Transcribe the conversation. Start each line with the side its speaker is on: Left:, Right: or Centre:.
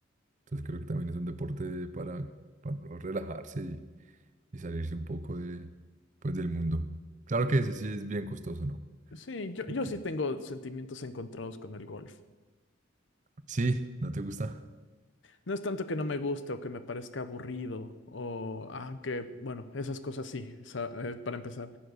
Right: Entonces creo
Left: y-
Right: que también es un deporte para, para uno relajarse y, y salirse un poco de, pues, del mundo. Claro que ese sí es bien costoso, ¿no?
Left: sí, yo,
Right: Creo
Left: yo
Right: que
Left: sí tengo sentimientos encontrados con el golf.
Right: sí, ¿no te gusta?
Left: No es tanto que no me guste o que me parezca aburrido o ah, que, bueno, esas cosas sí, esa- eh, para empezar,